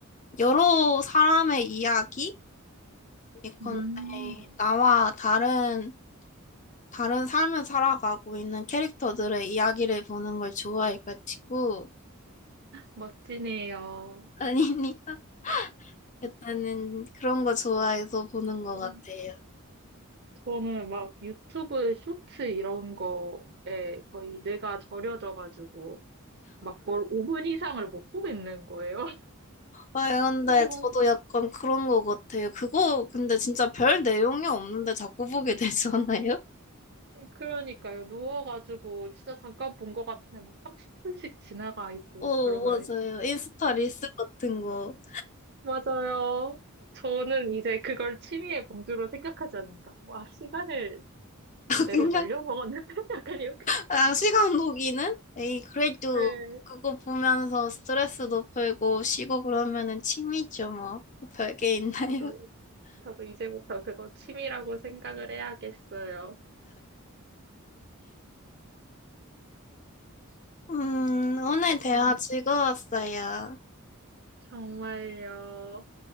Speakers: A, on the left; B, on the right.
A: 여러 사람의 이야기? 예컨대
B: 음,
A: 나와 다른, 다른 삶을 살아가고 있는 캐릭터들의 이야기를 보는 걸 좋아해가지고,
B: 멋지네요.
A: <laughs> 아니니까 일단은 그런 거 좋아해서 보는
B: 어,
A: 것 같아요.
B: 저는 막 유튜브 쇼츠 이런 거에 거의 뇌가 절여져가지고 막 뭘 5분 이상을 못 보겠는 거예요. <laughs>
A: 네, 근데
B: 그래가-
A: 저도 약간 그런 거 같아요. 그거 근데 진짜 별 내용이 없는데 자꾸 보게 <laughs> 되잖아요.
B: 그러니까요. 누워가지고 진짜 잠깐 본 것 같은데 막 30분씩 지나가 있고
A: 어,
B: 그러면
A: 맞아요. 인스타 릴스 같은 거.
B: 맞아요. 저는 이제 그걸 취미의 범주로 생각하지 않는다. 와, 시간을
A: <laughs>
B: 그대로
A: 그냥,
B: 날려먹었는데? <laughs> 약간 이렇게.
A: 그냥 시간 녹이는? 에이, 그래도
B: 네,
A: 그거 보면서 스트레스도 풀고 쉬고 그러면은 취미죠, 뭐. 별 게 있나요?
B: 저도, 저도 이제부터 그거 취미라고 생각을 해야겠어요.
A: <laughs> 음, 오늘 대화
B: 어,
A: 즐거웠어요.
B: 정말요.